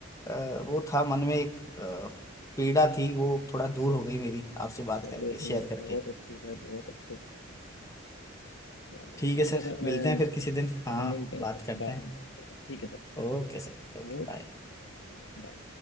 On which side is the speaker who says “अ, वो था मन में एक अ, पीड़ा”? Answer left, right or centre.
Left